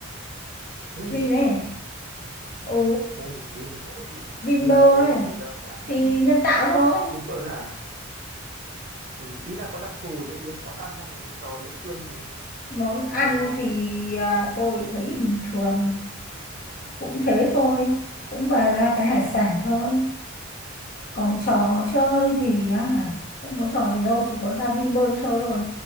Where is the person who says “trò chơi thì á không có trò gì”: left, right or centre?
Left